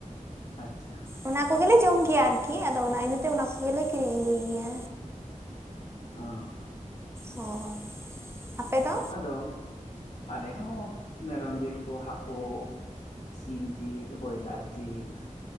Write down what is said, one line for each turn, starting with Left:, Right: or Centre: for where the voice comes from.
Left: ᱟᱪᱪᱷᱟ
Right: ᱚᱱᱟ ᱠᱚᱜᱮᱞᱮ ᱡᱚᱢ ᱜᱮᱭᱟ ᱟᱨᱠᱤ, ᱟᱫᱚ ᱚᱱᱟ ᱤᱭᱟᱹᱛᱮ ᱚᱱᱟ ᱠᱚᱜᱮᱞᱮ ᱠᱤᱨᱤᱧ ᱟᱹᱜᱩᱭ ᱜᱮᱭᱟ᱾
Left: ᱚᱻ
Right: ᱦᱳᱭ, ᱟᱯᱮᱫᱚ?
Left: ᱟᱫᱚ ᱟᱞᱮ ᱦᱚᱸ ᱢᱮᱨᱚᱢ ᱡᱮᱞ ᱠᱚ ᱦᱟᱠᱳ ᱥᱤᱢ ᱡᱤᱞ, ᱵᱚᱭᱞᱟᱨ ᱡᱤᱞ